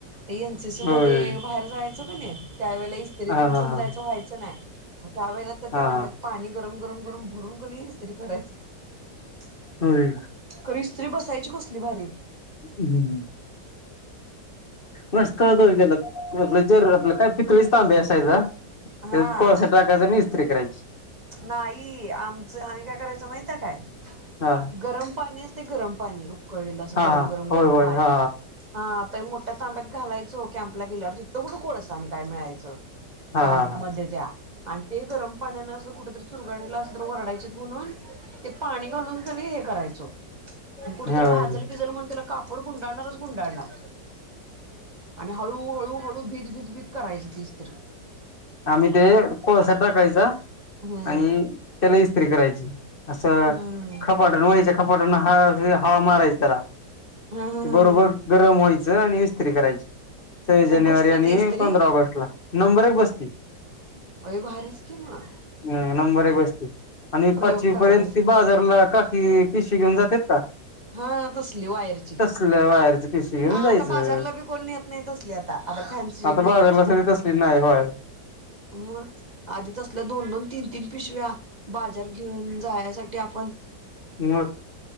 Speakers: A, on the right (about 25°); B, on the left (about 30°).
A: ते एनसीसी
B: होय
A: मध्ये बाहेर जायचं का नाही त्यावेेळेला इस्त्रीत
B: हा
A: घेऊन
B: हा हा
A: जायचं व्हायचं नाही मग त्या वेळेला तर
B: हा
A: तांब्यात पाणी गरम -गरम- गरम भरून कणी इस्त्री करायचो <inaudible>
B: होय
A: खरं इस्त्री बसायची कसली भारी
B: हम्म... मस्त गला आपल्याचेर आपलं काय <unintelligible> पितळीचा तांब्या आसायचा त्यात
A: हा
B: कोळसा टाकायचा आणि इस्त्री करायची
A: नाही आमचं- आम्ही काय करायचं माहित काय?
B: हा
A: गरम पाण्या ते गरम पाणी उकळलेल अस
B: हा
A: गरम
B: हा
A: -गरम
B: होय
A: -गरम
B: होय
A: पाणी
B: हा
A: हा... तर मोठ्या तांब्यात घालायचो कॅंपला गेल्यावर तिथं कुठं कोळसा आणि काय मिळायचं च
B: हा
A: कॅम्प
B: हा
A: मध्ये त्या आणि ते गरम पाण्यान असंच कुठ तरी चुरगळलेल असल तर वरडायचीत <inaudible> म्हणून ते पाणी घालून कणी हे करायचो <inaudible> आणि कुठेतरी
B: हा
A: भाजल
B: होय
A: भिजल म्हणून त्याला कापड गुंडाळणारच गुंडाळणार.. आणि हळू- हळू- हळू भीत -भीत- भीत करायच ती इस्त्री
B: आम्ही ते कोळसा टाकायचा
A: हम्म
B: आणि त्याला इस्त्री करायची असं
A: हम्म
B: खपाट्या वयच्या खपाट्याना -ह हवा मारायची त्याला
A: हा हा हा
B: बरोबर
A: हा
B: गरम व्हायचं आणि इस्त्री करायची सव्वीस जानेवारी
A: मग बसतो
B: आणि
A: ती इस्त्री
B: पंधरा ऑगस्ट ला नंबरच बसतील <inaudible>
A: अय भारीच कि मग
B: हम् नंबर एक बस्ती आणि
A: प्रयोग
B: पाचवी
A: कराय
B: पर्यंत
A: पाहिजे
B: ती बाजारला खाकी पिशवी घेऊन जात्यात का
A: हा कसली वायरची
B: तसलं वायरची पिशी घेऊन
A: हा
B: जायचं
A: आता बाजारला बी कोण न्हेत नाही तसली आता आता फॅन्सी
B: आता
A: नेत्यात
B: बाजारला सगळी
A: <inaudible>
B: तसली नाही वायर
A: मग आधी तसल्या दोन- दोन तीन -तीन पिशव्या बाजार घेऊन जायासाठी आपण
B: मग